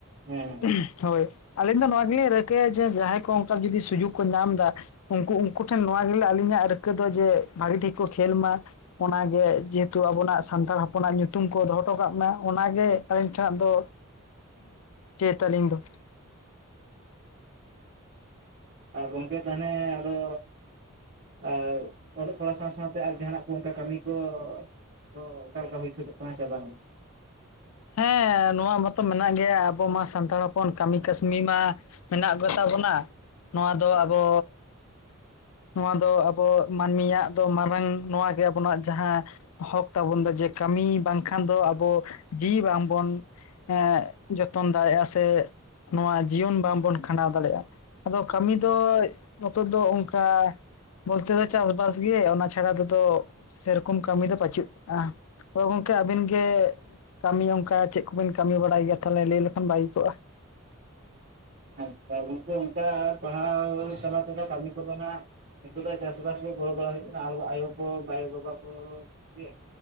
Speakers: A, on the right; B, on the left.
A: ᱦᱮᱸ ᱾
B: <inaudible> ᱦᱳᱭ ᱟᱹᱞᱤᱧ ᱫᱚ ᱱᱚᱣᱟ ᱜᱮᱞᱤᱧ ᱨᱤᱠᱟᱹᱭᱟ ᱡᱮ ᱡᱟᱦᱟᱸᱭ ᱠᱚ ᱚᱱᱠᱟ ᱡᱩᱫᱤ ᱥᱩᱡᱩᱜᱽ ᱠᱚ ᱧᱟᱢ ᱫᱟ ᱩᱱᱠᱩ ᱩᱱᱠᱩ ᱴᱷᱮᱱ ᱱᱚᱣᱟ ᱜᱮ ᱟᱹᱞᱤᱧᱟᱜ ᱨᱤᱠᱟᱹ ᱫᱚ ᱡᱮ ᱵᱷᱟᱹᱜᱤ ᱴᱷᱤᱠ ᱠᱚ ᱠᱷᱮᱞ ᱢᱟ ᱾ ᱚᱱᱟᱜᱮ ᱡᱮᱦᱮᱛᱩ ᱟᱵᱚᱱᱟᱜ ᱥᱟᱱᱛᱟᱲ ᱦᱚᱯᱚᱱᱟᱜ ᱧᱩᱛᱩᱢ ᱠᱚ ᱫᱚᱦᱚ ᱴᱚ ᱠᱟᱜ ᱢᱟ ᱚᱱᱟᱜᱮ ᱟᱹᱞᱤᱧ ᱴᱷᱮᱱᱟᱜ <inaudible> ᱫᱚ ᱪᱟᱹᱭ ᱛᱟᱞᱤᱧ ᱫᱚ ᱾
A: ᱜᱚᱢᱠᱮ ᱛᱟᱦᱚᱞᱮ ᱟᱫᱚ ᱟᱨ ᱚᱞᱚᱜ ᱯᱟᱲᱦᱟᱣ ᱥᱟᱶ ᱥᱟᱶᱛᱮ ᱟᱨ ᱡᱟᱦᱱᱟᱜ ᱠᱚ ᱚᱱᱠᱟ ᱠᱟᱹᱢᱤ ᱠᱚ ᱛᱚ ᱚᱠᱟᱞᱮᱠᱟ ᱦᱩᱭ ᱥᱟᱹᱛᱚᱜ ᱠᱟᱱᱟ ᱥᱮ ᱵᱟᱝᱜᱮ?
B: ᱦᱮᱸ ᱱᱚᱣᱟ ᱢᱟᱛᱚ ᱢᱮᱱᱟᱜ ᱜᱮᱭᱟ ᱟᱵᱚ ᱢᱟ ᱥᱟᱱᱛᱟᱲ ᱦᱚᱯᱚᱱ, ᱠᱟᱹᱢᱤ ᱠᱟᱹᱥᱢᱤ ᱢᱟ ᱦᱮᱱᱟᱜ ᱜᱮ ᱛᱟᱵᱚᱱᱟ ᱱᱚᱣᱟ ᱫᱚ ᱟᱵᱚ ᱱᱚᱣᱟ ᱫᱚ ᱟᱵᱚ ᱢᱟᱹᱱᱢᱤᱭᱟᱜ ᱫᱚ ᱢᱟᱨᱟᱝ ᱱᱚᱣᱟᱜᱮ ᱟᱵᱚᱱᱟᱜ ᱡᱟᱦᱟᱸ ᱦᱚᱠ ᱛᱟᱵᱚᱱ ᱫᱚ ᱡᱮ ᱠᱟᱹᱢᱤ ᱵᱟᱝᱠᱷᱟᱱ ᱫᱚ ᱟᱵᱚ ᱡᱤᱭᱤ ᱵᱟᱝᱵᱚᱱ ᱮᱸ ᱡᱚᱛᱚᱱ ᱫᱟᱲᱮᱜᱼᱟ ᱥᱮ ᱱᱚᱣᱟ ᱡᱤᱭᱚᱱ ᱵᱟᱝᱵᱚᱱ ᱠᱷᱟᱸᱰᱟᱣ ᱫᱟᱲᱮᱜᱼᱟ ᱾ ᱟᱫᱚ ᱠᱟᱹᱢᱤ ᱫᱚ ᱱᱤᱛᱚᱜ ᱫᱚ ᱚᱱᱠᱟ ᱵᱚᱞᱛᱮ ᱫᱚ ᱪᱟᱥᱵᱟᱥ ᱜᱮ ᱚᱱᱟ ᱪᱷᱟᱲᱟ ᱫᱚ ᱛᱚ ᱥᱮᱨᱚᱠᱚᱢ ᱠᱟᱹᱢᱤ ᱫᱚ ᱵᱟᱹᱪᱩᱜ-ᱟ ᱾ ᱛᱚ ᱜᱚᱢᱠᱮ ᱟᱵᱤᱱ ᱜᱮ ᱠᱟᱹᱢᱤ ᱚᱱᱠᱟ ᱪᱮᱫ ᱠᱚᱵᱤᱱ ᱠᱟᱹᱢᱤ ᱵᱟᱲᱟᱭ ᱜᱮᱭᱟ? ᱛᱟᱦᱚᱞᱮ ᱞᱟᱹᱭ ᱞᱮᱠᱷᱟᱱ ᱵᱷᱟᱹᱜᱤ ᱠᱚᱜᱼᱟ ᱾
A: ᱟᱪᱪᱷᱟ ᱜᱚᱢᱠᱮ ᱚᱱᱠᱟ ᱯᱟᱲᱦᱟᱣ ᱛᱟᱞᱟ ᱛᱮᱫᱚ ᱠᱟᱹᱢᱤ ᱠᱚᱫᱚ ᱱᱟᱜ ᱱᱤᱛᱚᱜ ᱫᱚ ᱪᱟᱥ ᱵᱟᱥ ᱜᱮ ᱜᱚᱲᱚ ᱵᱟᱲᱟ ᱦᱩᱭᱩᱜ ᱠᱟᱱᱟ ᱟᱭᱳ ᱠᱚ ᱟᱭᱳ ᱵᱟᱵᱟ ᱠᱚ ᱜᱮ ᱾